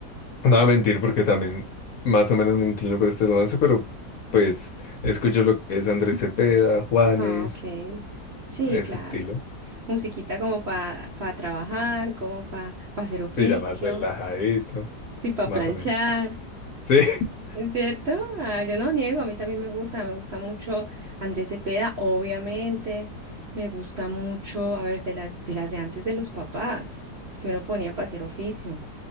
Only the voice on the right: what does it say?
Ah, ok. Sí,
claro.
Musiquita como para trabajar, como para hacer oficio,
sí, para
planchar.
¿Es cierto? Ah, yo no niego, a mí también me gusta, me gusta mucho Andrés Cepeda, obviamente, me gusta mucho, a ver, de las de las de antes de los papás, que uno ponía para hacer oficio,